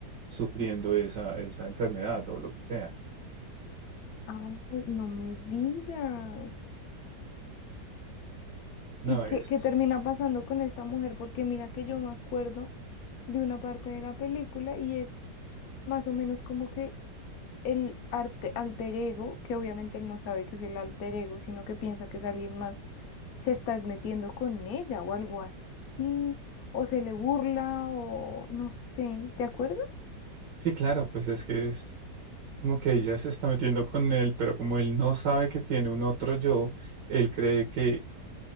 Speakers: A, on the right; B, on the left.
A: sufriendo esa, esa enfermedad o lo que sea.
B: Ay, no me digas.
A: No,
B: ¿Y qué,
A: es...
B: qué termina pasando con esta mujer? Porque mira que yo me acuerdo de una parte de la película y es más o menos como que el arte, alter ego, que obviamente él no sabe que es el alter ego, sino que piensa que es alguien más, se está metiendo con ella o algo así, o se le burla o no sé, ¿te acuerdas?
A: Sí, claro, pues es que es como que ella se está metiendo con él, pero como él no sabe que tiene un otro yo, él cree que